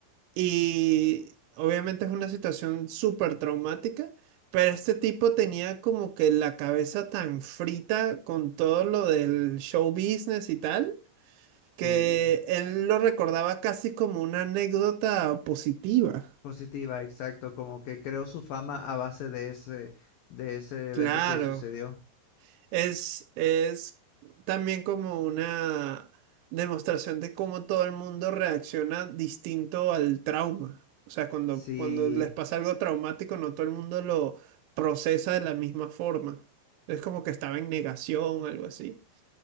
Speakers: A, on the right; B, on the left.
A: Y obviamente es una situación súper traumática, pero este tipo tenía como que la cabeza tan frita con todo lo del show business y tal, que
B: Sí,
A: él lo recordaba casi como una anécdota positiva.
B: positiva, exacto, como que creó su fama a base de ese, de ese
A: Claro.
B: evento que sucedió.
A: Es, es también como una demostración de cómo todo el mundo reacciona distinto al trauma. O sea, cuando,
B: Sí.
A: cuando les pasa algo traumático, no todo el mundo lo procesa de la misma forma. Es como que estaba en negación, algo así.